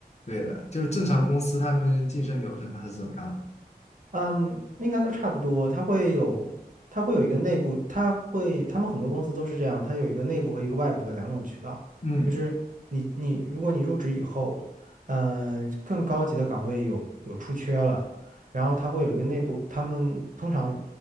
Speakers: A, on the left (about 45°); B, on the right (about 55°).
A: 对的，就是正常公司他们晋升流程它是怎么样的？
B: 嗯，应该都差不多。它会有，它会有一个内部，它会，他们很多公司都是这样，它有一个内部和一个外部的两种渠道。
A: 嗯
B: 就是你你，如果你入职以后，嗯、更高级的岗位有有出缺了，然后它会有一个内部，他们通常